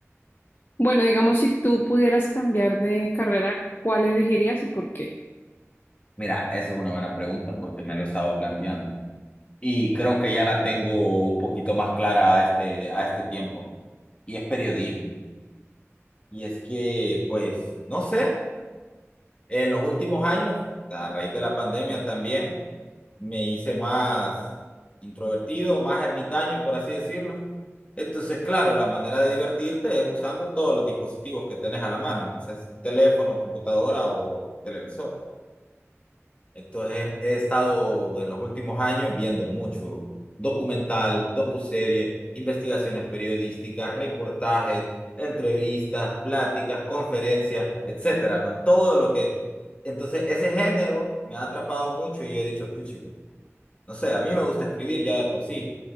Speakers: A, on the left (about 45°); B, on the left (about 25°).
A: Bueno, digamos si tú pudieras cambiar de carrera, ¿cuál elegirías y por qué?
B: Mira, esa es una buena pregunta porque me lo he estado planteando. y creo que ya la tengo un poquito más clara a este, a este tiempo. Y es periodismo. Y es que, pues, no sé, en los últimos años, a raíz de la pandemia también, me hice más introvertido, más ermitaño, por así decirlo. Entonces, claro, la manera de divertirte es usando todos los dispositivos que tenés a la mano, ¿no? O sea, es teléfono, computadora o televisor. Entonces he estado en los últimos años viendo mucho documental, docuseries, investigaciones periodísticas, reportajes, entrevistas, pláticas, conferencias, etcétera, ¿no? Todo lo que... Entonces ese género me ha atrapado mucho y yo he dicho, puchi, no sé, a mí me gusta escribir ya de por sí